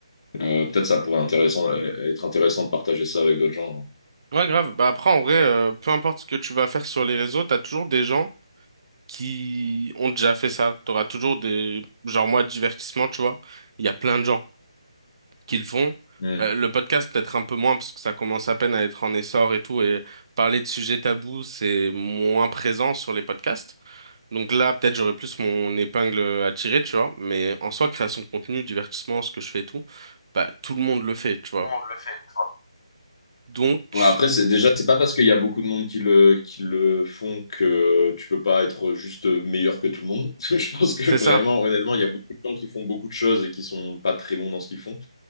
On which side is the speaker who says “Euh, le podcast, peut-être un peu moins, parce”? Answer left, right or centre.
Right